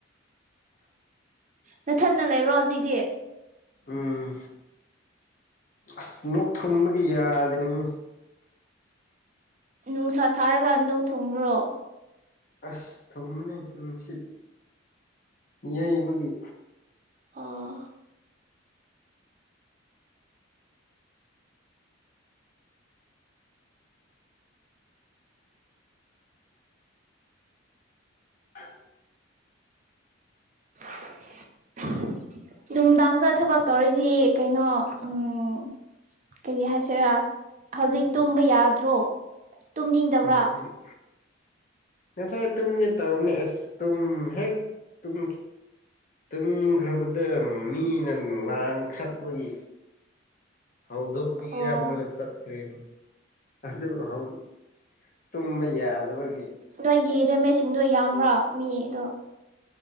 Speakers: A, on the right; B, on the left.
A: ꯅꯊꯟꯗ ꯂꯩꯕ꯭ꯔꯣ ꯍꯧꯖꯤꯛꯗꯤ
B: ꯎꯝ ꯑꯁ ꯅꯣꯛ ꯊꯨꯡꯕꯒꯤ ꯌꯥꯗꯔꯤꯅꯤꯅꯦ
A: ꯅꯨꯡꯁꯥ ꯁꯥꯔꯒ ꯅꯣꯛ ꯊꯨꯡꯕ꯭ꯔꯣ
B: ꯑꯁ ꯊꯨꯝꯕꯅꯤ ꯅꯨꯡꯁꯤꯠ ꯌꯩꯕꯒꯤ
A: ꯑꯥ
B: <inaudible>
A: <inaudible> ꯅꯨꯡꯗꯥꯡꯗ ꯊꯕꯛ ꯇꯧꯔꯗꯤ ꯀꯩꯅꯣ ꯎꯝ ꯀꯩꯒꯤ ꯍꯥꯏꯁꯤꯔꯥ ꯍꯧꯖꯤꯛ ꯇꯨꯝꯕ ꯌꯥꯗ꯭ꯔꯣ ꯇꯨꯝꯅꯤꯡꯗꯕ꯭ꯔꯥ
B: ꯍꯧꯖꯤꯛ ꯉꯁꯥꯏ ꯇꯨꯝꯒꯦ ꯇꯧꯕꯅꯦ ꯑꯁ ꯇꯨꯝ ꯍꯦꯛ ꯇꯨꯝ ꯇꯨꯝꯈ꯭ꯔꯕꯗ ꯃꯤꯅ ꯂꯥꯡꯈꯠꯄꯒꯤ ꯍꯧꯗꯣꯛ ꯄꯤꯔꯝꯂꯒ
A: ꯑꯣ
B: ꯆꯈ꯭ꯔꯦ ꯗꯨ ꯑꯗꯨ ꯍꯧ ꯇꯨꯝꯕ ꯌꯥꯗꯕꯩ
A: ꯅꯣꯏꯒꯤ ꯔꯨꯃꯦꯠꯁꯤꯡꯗꯣ ꯌꯥꯝꯕ꯭ꯔꯥ ꯃꯤꯗꯣ